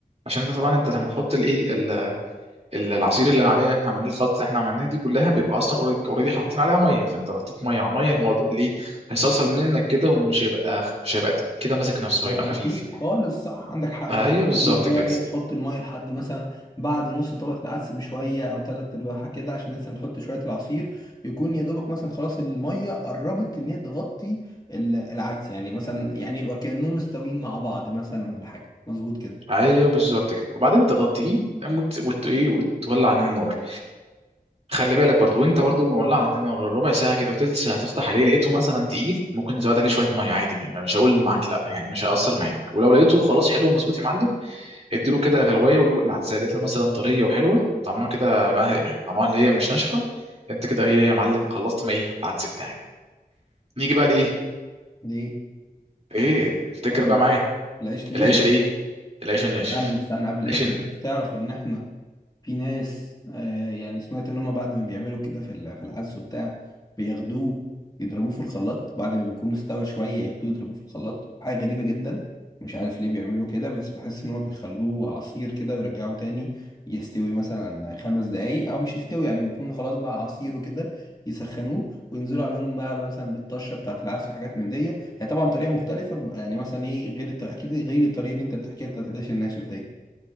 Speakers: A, on the right (about 40°); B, on the left (about 25°).
A: عشان انت طبعا انت لما تحط الايه ال- ال- العصير اللي عليه احنا عملناه الخلطه اللي احنا عملناها دي كلها بيبقى اصلا اوريدي حاطين عليها ميه فانت لو حطيت ميه على ميه الموضوع اللي ايه هيصلصل منك كده ومش هيبقى خ- مش هيبقى تقيل كده ماسك نفسه
B: هيبقى
A: هيبقى خفيف
B: خفيف خالص صح عندك حق بالظبط
A: ايوه بالظبط
B: فانت لا
A: كده
B: ايه بتحط الميه لحد مثلا بعد نص طبقه العدس بشويه او ثلاث ارباعها كده عشان لسه بتحط شويه العصير يكون يا دوبك مثلا خلاص الميه قربت ان هي تغطي ال- العدس يعني مثلا يعني وكانهم مستويين مع بعض مثلا ولا حاجه مظبوط كده
A: ايوه بالظبط كده وبعدين تغطيه وت... وت... ايه وتولع عن النار خلي بالك برضو وانت برضو مولع انت ربع ساعه كده وتلت ساعه تفتح عليه لقيته مثلا تقيل ممكن تزود عليه شويه ميه عادي ما- مش هقول معاك لا يعني مش هيأثر معاك ولو لقيته خلاص حلو ومظبوط يا معلم اديله كده غلوايه ودوق العدسه لقيتها مثلا طريه وحلوه طعمها كده ما هي يعني طعمها اللي هي مش ناشفه انت كده هي يا معلم خلصت ما ايه العدس بتاعك نيجي بقى لايه
B: ليه؟
A: ايه افتكر
B: اقول
A: بقى معايا
B: العيش المشي
A: العيش الايه العيش الناشف
B: استنى استنى قبل العيش
A: العيش
B: المشي تعرف ان احنا في ناس آه، يعني سمعت ان هم بعد ما بيعملوا كده في ال- في العدس وبتاع بياخدوه يضربوه في الخلاط بعد ما بيكون استوى شويه ياخدوه يضربوه في الخلاط حاجه غريبه جدا مش عارف ليه بيعملوا كده بس بحس ان هو بيخلوه عصير كده ويرجعوه تاني يستوي مثلا خمس دقايق او مش يستوي يعني بيكون خلاص بقى عصير وكده يسخنوه وينزلوا عليهم بقى مثلا بالطشه بتاعت العدس وحاجات من دي هي طبعا طريقه مختلفه بيبقى يعني مثلا ايه غير الط- اكيد غير الطريقه اللي انت بتحكيها بتاعت العيش الناشف دي